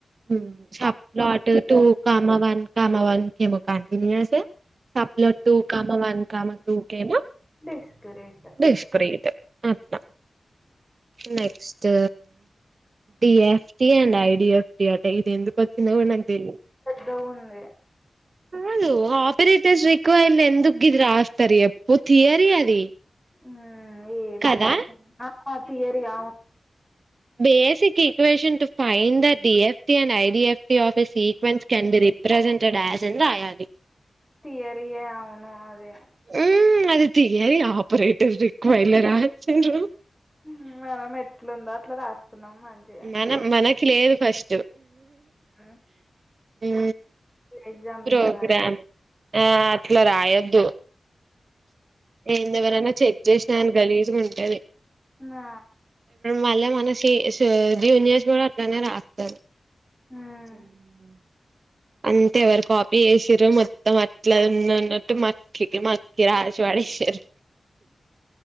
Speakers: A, on the right (about 55°); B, in the centre.
A: ఉ subplot two comma one comma one ఏమో కంటిన్యూసే subplot two comma one comma two కేమో
B: డిస్క్రీట్
A: డిస్క్రీట్ అట్ట నెక్స్ట్ డిఎఫ్టి అండ్ ఐడిఎఫ్టి అంట ఇది ఎందుకు వచ్చింద కూడా నాకు తెలిదు
B: లో ఉంది
A: అదు ఆపరేటర్స్ రిక్వల్ ఎందుకు గిది రాస్తారు చెప్పు థియరి అది
B: ఉ ఏమో
A: కదా
B: నాకు ఆ థియరీ ఆమో
A: basic equation to find the DFT and IDFT office equations can be represented as అని రాయాలి
B: థియరే ఆవును అది
A: ఉ అది థియరీ ఆపరేటర్ రక్వ ఇల రాసిండ్రు
B: హు మనం ఎట్లుందో అట్లా రాసుకున్నాం మంచిగా
A: మనం మనకి లేదు ఫస్ట్
B: ఉమ్,
A: ఉ
B: ఎగ్జామ్లు
A: ప్రోగ్రాం
B: ఇట్లా రాయం
A: ఆ అట్లా రాయొద్దు నిన్ను ఎవరన్నా చెక్ చేసినాను గలీజ్గా ఉంటది
B: నా
A: మళ్ళ మన సిస్ జూనియర్స్ కూడా అట్టనే రాత్తరు
B: ఉమ్
A: ఉ అంతే ఎవరు కాపీ చేసిర మొత్తం అట్లా ఉన్నన్నట్టు మ క మాకి రాసి పడేసిరు